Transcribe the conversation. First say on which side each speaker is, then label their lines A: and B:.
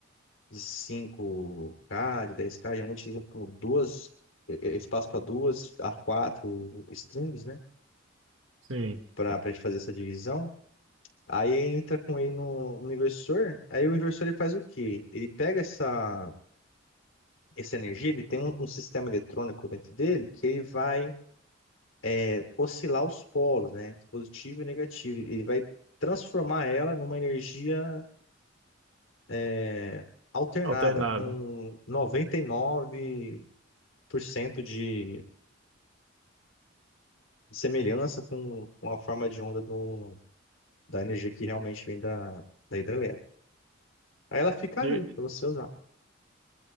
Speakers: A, on the left; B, on the right.
A: De cinco k de 10K, geralmente eles vêm com duas, eh, eh, espaço para duas, a quatro strings, né?
B: Sim.
A: Para a gente fazer essa divisão. Aí entra com ele no, no inversor. Aí o inversor ele faz o quê? Ele pega essa essa energia, ele tem um, um sistema eletrônico dentro dele que ele vai é, oscilar os polos, né? Positivo e negativo. Ele vai transformar ela numa energia é, alternada,
B: Alternada.
A: com 99% de semelhança com, com a forma de onda do, da energia que realmente vem da, da hidrelétrica. Aí ela fica ali
B: E,
A: para você usar.